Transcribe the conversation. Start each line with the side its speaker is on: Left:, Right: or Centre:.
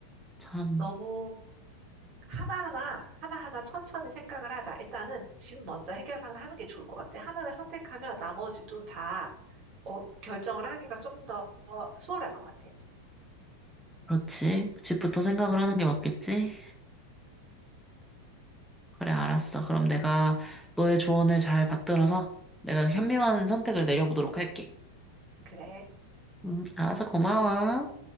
Centre: 참,
Right: 너무 하나하나, 하나하나 천천히 생각을 하자. 일단은 집 먼저 해결하는 하는 게 좋을 것 같아. 하나를 선택하면 나머지도 다 어, 결정을 하기가 조금 더 수월할 것 같아.
Centre: 그렇지. 집부터 생각을
Right: 응
Centre: 하는 게 맞겠지? 그래, 알았어. 그럼 내가 너의 조언을 잘 받들어서 내가 현명한 선택을 내려보도록 할게.
Right: 응, 그래.
Centre: 음, 알아서 고마워.